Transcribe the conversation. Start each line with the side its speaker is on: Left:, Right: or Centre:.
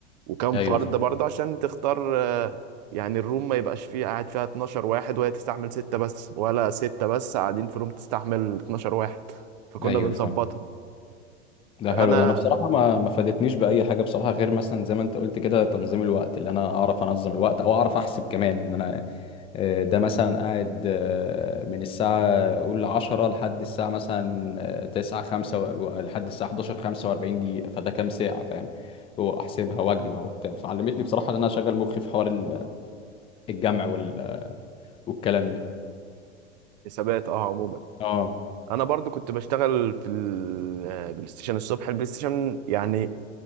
Right: وكم
Left: ايوه
Right: فرد
Left: فاهم
Right: برضه عشان تختار آه، يعني الروم ما يبقاش فيه قاعد فيها 12 واحد وهي تستحمل ستة بس ولا ستة بس قاعدين في روم تستحمل 12 واحد فكنا
Left: ايوه
Right: بنظبطها
Left: فاهم ده
Right: انا
Left: حلو ده انا بصراحة ما ما فادتنيش بأي حاجة بصراحة غير مثلا زي ما انت قلت كده تنظيم الوقت اللي انا اعرف انظم الوقت او اعرف احسب كمان ان انا آه، ده مثلا قاعد آه، من الساعة قول 10 لحد الساعة مثلا 9 5 لحد الساعة 11 45 دقيقة فده كام ساعة فاهم هو أحسبها وأجمع وبتاع فعلمتني بصراحة إن أنا أشغل مخي في حوار ال- الجمع وال- والكلام ده
Right: حسابات اه عموما
Left: اه
Right: انا برضو كنت بشتغل في البلاي ستيشن الصبح البلاي ستيشن يعني